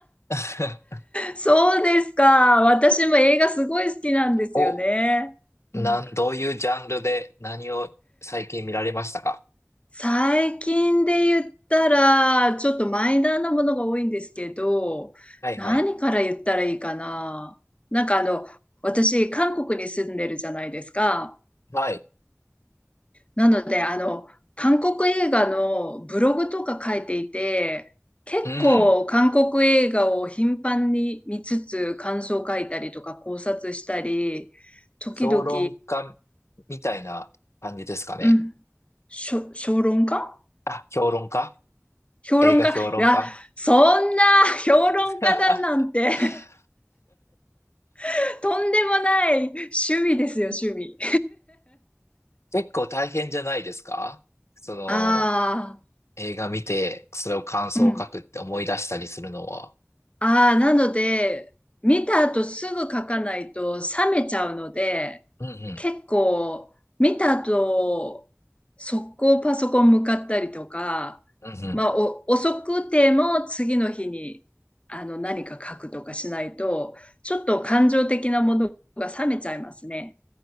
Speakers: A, on the left (about 65°); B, on the left (about 25°).
A: <laughs>
B: そうですか。私も映画すごい好きなんですよね。
A: お、なん、
B: うん、
A: どういうジャンルで何を最近見られましたか
B: 最近で言ったら、ちょっとマイナーなものが多いんですけど、
A: はいはい。
B: 何から言ったらいいかな。なんかあの、私、韓国に住んでるじゃないですか。
A: はい。
B: なので、あの、韓国映画のブログとか書いていて、結構韓国映画を頻繁に見つつ感想書いたりとか考察したり、
A: うん。
B: 時々、
A: 評論家みたいな感じですかね。
B: うん、しょ、評論家
A: あ、評論家
B: 評論家いや、
A: 映画評論家
B: そんな <laughs> 評論家だなんて
A: <laughs>
B: <laughs> とんでもない趣味ですよ、趣味。
A: 結構大変じゃないですかその、
B: あ
A: 映画見て、それを感想を書くって思い出したりするのは。
B: あ、うん。ああ、なので、見た後すぐ書かないと冷めちゃうので、
A: うんうん。
B: 結構、見た後、速攻パソコン向かったりとか、
A: うんうん。
B: まあ、お遅くても次の日にあの何か書くとかしないと、ちょっと感情的なものが冷めちゃいますね。